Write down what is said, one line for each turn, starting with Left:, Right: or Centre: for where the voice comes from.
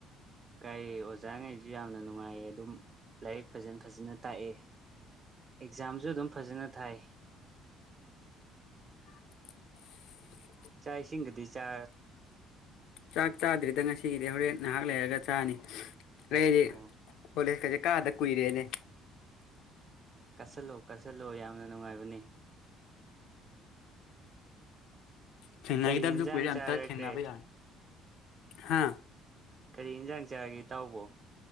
Right: ꯀꯩ ꯑꯣꯖꯥꯉꯩꯁꯨ ꯌꯥꯝꯅ ꯅꯨꯡꯉꯥꯏꯌꯦ ꯑꯗꯨꯝ ꯂꯥꯏꯔꯤꯛ ꯐꯖꯅ ꯐꯖꯅ ꯇꯥꯛꯑꯦ ꯑꯦꯛꯖꯝ ꯖꯨ ꯑꯗꯨꯝ ꯐꯖꯅ ꯊꯥꯏ
Left: ꯑꯁꯤ <inaudible>
Right: ꯆꯥ ꯏꯁꯤꯡꯒꯗꯤ ꯆꯥ
Left: ꯆꯥꯛ ꯆꯥꯗ꯭ꯔꯤꯗ ꯉꯁꯤꯒꯤꯗꯤ ꯍꯣꯔꯦꯟ ꯅꯍꯥꯛ ꯂꯩꯔꯒ ꯆꯥꯅꯤ ꯑꯩꯗꯤ
Right: ꯑꯣ
Left: ꯀꯣꯂꯦꯁ ꯀꯖꯦ ꯀꯥꯗ ꯀꯨꯏꯔꯦꯅꯦ
Right: ꯀꯠꯁꯤꯜꯂꯣ ꯀꯠꯁꯤꯜꯂꯣ ꯌꯥꯝꯅ ꯅꯨꯡꯉꯥꯏꯕꯅꯤ
Left: ꯊꯦꯡꯅꯈꯤꯗꯕꯁꯨ
Right: ꯀꯔꯤ ꯌꯦꯟꯁꯥꯡ
Left: ꯀꯨꯏꯔꯦ ꯑꯝꯇ
Right: ꯆꯥꯔꯒꯦ
Left: ꯊꯦꯡꯅꯕ ꯌꯥꯏ ꯍꯥꯥ
Right: ꯀꯔꯤ ꯏꯟꯖꯥꯡ ꯖꯔꯒꯦ ꯏꯇꯥꯎꯕꯣ